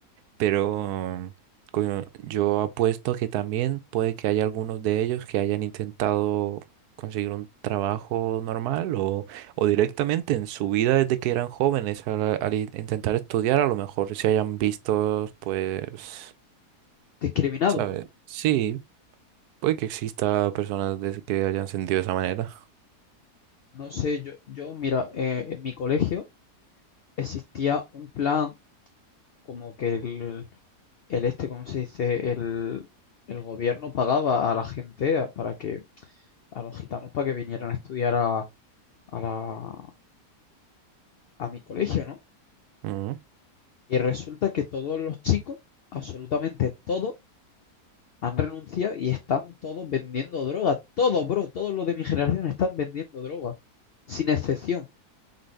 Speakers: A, on the right; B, on the left.
A: pero coño, yo apuesto que también puede que haya algunos de ellos que hayan intentado conseguir un trabajo normal o, o directamente en su vida desde que eran jóvenes al, al in- intentar estudiar, a lo mejor se hayan visto, pues,
B: Discriminado.
A: ¿sabes? Sí, puede que exista personas de- que hayan sentido de esa manera.
B: No sé, yo, yo mira, eh, en mi colegio existía un plan como que el, el este, ¿cómo se dice? El, el gobierno pagaba a la gente a- para que a los gitanos para que vinieran a estudiar a, a la- a mi colegio, ¿no?
A: Ujú.
B: Y resulta que todos los chicos, absolutamente todos, han renunciado y están todos vendiendo droga. Todos, bro, todos los de mi generación están vendiendo droga. Sin excepción.